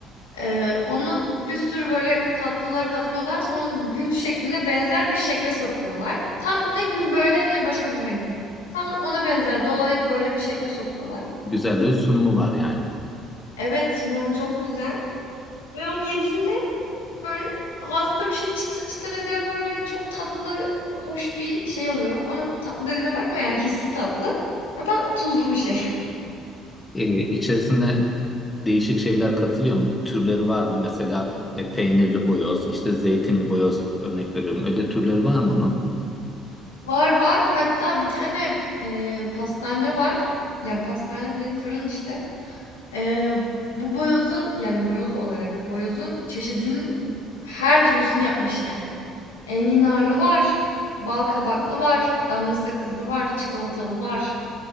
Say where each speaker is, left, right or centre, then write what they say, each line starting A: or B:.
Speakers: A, on the left; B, on the left.
A: Eee, onun bir sürü böyle katlıyorlar, katlıyorlar sonra onu gül şekline benzer bir şekle sokuyorlar. Tam ne gül böyle ne başka bir hani tam ona benzer dolayıp böyle bir şekle sokuyorlar.
B: Güzel de bir sunumu var yani.
A: Evet, sunumu çok güzel ve onu yediğinde böyle ağzında bir şey çıtır çıtır ediyor böyle çok tatlı, hoş bir şey oluyor ama tatlı dediğime bakma yani hissi tatlı ama tuzlu bir şey.
B: Ee, içerisinde değişik şeyler katılıyor mu? Türleri var mı? Mesela e, peynirli boyoz, işte zeytinli boyoz örnek veriyorum. Öyle türleri var mı onun?
A: Var var. Hatta bir tane, eee, pastane var. Yani pastane değil, fırın işte. Eee, bu boyozun yani boyoz olarak boyozun çeşidinin her türlüsünü yapmış yani. Enginarlı var, bal kabaklı var, damla sakızlı var, çikolatalı var.